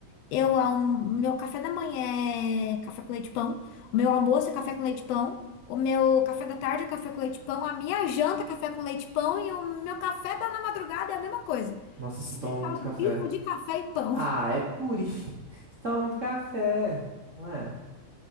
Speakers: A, on the left (about 75°); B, on the right (about 70°).
A: eu alm- meu café da manhã é café com leite e pão, o meu almoço é café com leite e pão, o meu café da tarde é café com leite e pão, a minha janta é café com leite e pão e o meu café da na madrugada é a mesma coisa.
B: Nossa, você
A: Se
B: toma
A: deixar
B: muito
A: eu
B: café.
A: vivo de café e pão.
B: Ah,
A: <laughs>
B: é puri. <laughs> Você toma muito café, não é?